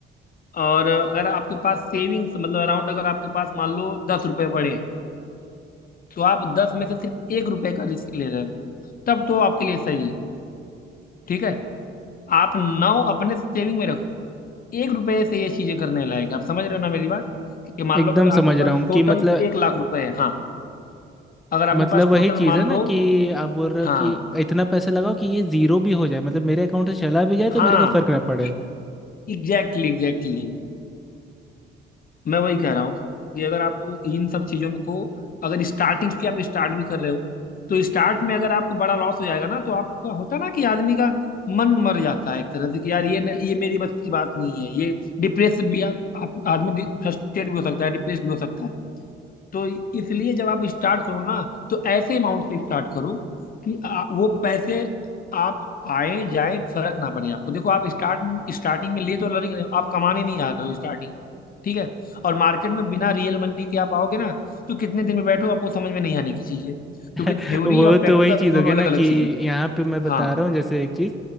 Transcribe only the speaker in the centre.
एकदम
समझ
रहा
हूँ
कि मतलब
मतलब
वही
चीज़
है ना
कि आप बोल रहे हो
कि इतना पैसा लगाओ कि ये जीरो भी हो जाए मतलब मेरे अकाउंट से चला भी जाए तो
मेरे को फर्क ना पड़े
<laughs>
वो
तो
वही चीज़
हो गया
ना कि
यहाँ पे मैं बता
रहा हूँ जैसे एक चीज़